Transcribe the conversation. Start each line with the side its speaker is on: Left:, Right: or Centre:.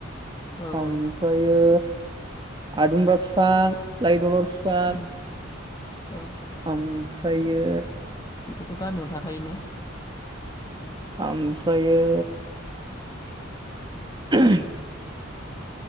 Left: औ
Right: ओमफ्रायो
Left: औ
Right: आदुमब्रा फिफां लाइ लथर फिफां
Left: उम औ
Right: ओमफ्रायो
Left: बेफोरथ' गामियावनो थाखायो ने?
Right: ओमफ्रायो <inaudible>